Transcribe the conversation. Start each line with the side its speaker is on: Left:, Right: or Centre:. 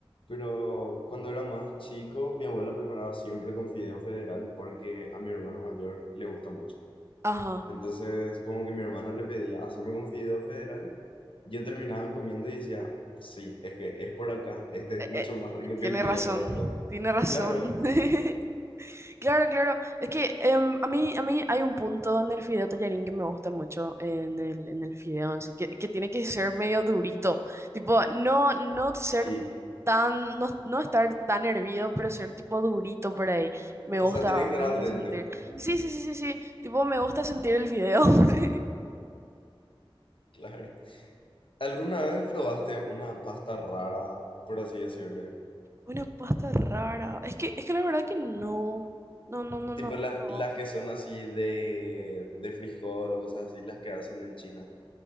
Left: Pero cuando era más chico, mi abuela preparaba siempre con fideo federal porque a mi hermano mayor le gusta mucho.
Right: Ajá.
Left: Entonces, como que mi hermana le pedía hacerme con fideo federal, yo terminaba comiendo y decía, sí, es que es por acá, este
Right: Eh,
Left: es mucho
Right: eh,
Left: más rico
Right: tiene
Left: que el fideo
Right: razón,
Left: blanco.
Right: tiene razón.
Left: Claro,
Right: <laughs> Claro, claro. Es que em, a mí, a mí hay un punto en el fideo tallarín que me gusta mucho en el, en el fideo, así que, que tiene que ser medio durito. Tipo, no, no ser
Left: sí.
Right: tan, no, no estar tan hervido, pero ser tipo durito por ahí. Me gusta,
Left: O sea, tiene que estar
Right: me
Left: al
Right: gusta
Left: dente,
Right: sentir. Sí, sí, sí, sí, sí. Tipo, me gusta sentir el fideo. <laughs>
Left: claro. ¿Alguna vez probaste una pasta rara, por así decirle?
Right: Una pasta rara. Es que, es que la verdad que no. No, no, no,
Left: Tipo
Right: no.
Left: las,
Right: he
Left: las que son así de, de frijol o cosas así, las que hacen en China.